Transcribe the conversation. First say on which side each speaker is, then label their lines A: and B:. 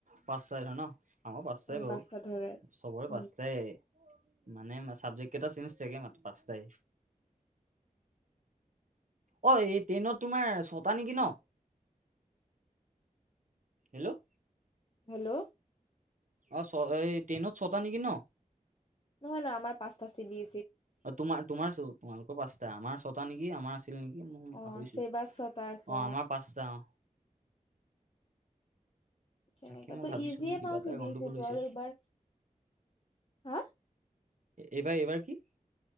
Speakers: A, on the right; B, on the left.
A: পাচ টা লয় ন আমাৰো পাচটাই
B: উম
A: বাৰু
B: পাঁচটা ধৰে
A: চবৰে
B: উম
A: পাচটায় মানে চাবজেক্ট কেইটা চেঞ্জ থাকে মাত্ৰ পাচটাই অ, এই টেইনত তোমাৰ ছটা নেকি ন। হেল্ল',
B: হেল্ল',
A: অ, চ এই টেইনত ছটা নেকি ন।
B: নহয় নহয় আমাৰ পাঁচটা চি বি এছ ইত
A: অ, তোমাৰ তোমাৰ চো তোমালোকৰ পাচটা আমাৰ চটা। টা নেকি আমাৰ আছিল নেকি মই
B: অ
A: পাহৰিছো
B: চেবাত ছটা আছে
A: অ, আমাৰ পাচটা অ,
B: তেনেকা
A: তাকে মই
B: তো
A: ভাবিছো
B: ইজিয়ে
A: মোৰ কিবা
B: পাচ
A: এটা
B: দিছো
A: গণ্ডগোল হৈছে
B: আৰু এইবাৰ হা।
A: এইবাৰ - এইবাৰ কি?